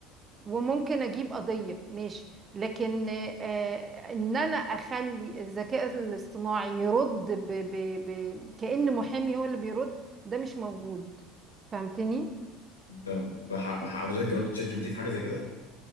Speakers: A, on the right (about 30°); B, on the left (about 85°).
A: وممكن اجيب قضية ماشي لكن آه، ان انا اخلي الذكاء الاصطناعي يرد ب... ب... ب... كأن محامي هو اللي بيرد ده مش موجود فهمتني
B: طب ح- ما حضرتك جربت تشات جي بي تي في حاجه زي كده